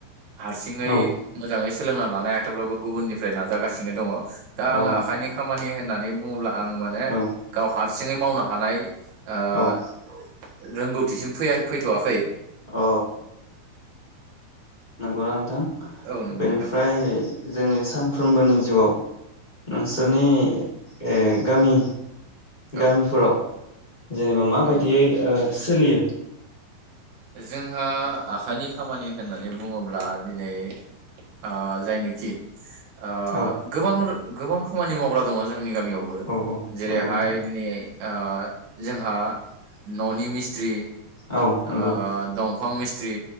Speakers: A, on the right; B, on the left.
A: हारसिङै
B: औ
A: मोजाङै सोलोंना ला लायाखैब्लाबो गुबुननिफ्राय नाजागासिनो दङ'। दा
B: औ
A: आङो आखाइनि खामानि हो नानै बुङो ब्ला आं माने
B: औ
A: गाव हार सिङै मावनो हानाय ओ।
B: औ
A: रोंगौथिसिम फै फैथ'वाखै।
B: औ। नंगौ ना नोंथां?
A: औ नंगौ
B: बेनिफ्राय
A: नोंथां
B: जोंनि सानफ्रोमबोनि जिउआव नोंसोरनि ओ गामि गामिफोराव
A: औ
B: जेनेबा माबायदियै
A: औ नोंथां
B: ओ। सोलियो
A: जोंहा आखाइनि खामानि होननानै बुङोब्ला, दिनै ओ जायनोखि ओ
B: औ
A: गोबां रो गोबां खामानि मावग्रा दङ' जों नि गामियावबो
B: औ
A: जेरैहाय
B: नंगौ नोंथां
A: दिनै। ओ जोंहा न'नि मिस्थ्रि
B: औ नंगौ
A: ओ ओ दं फां मिस्ट्रि